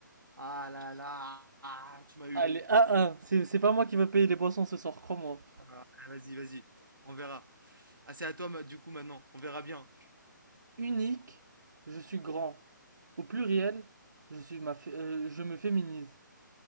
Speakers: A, on the right; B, on the right.
A: Ah là là, ah, tu m'as eu.
B: Allez, 1 un. C'est, c'est pas moi qui va payer les boissons ce soir, crois-moi.
A: Ah, Vas-y, vas-y, on verra. Ah, c'est à toi, ma- du coup, maintenant. On verra bien.
B: Unique, je suis grand. Au pluriel, je suis ma, fé- euh, je me féminise.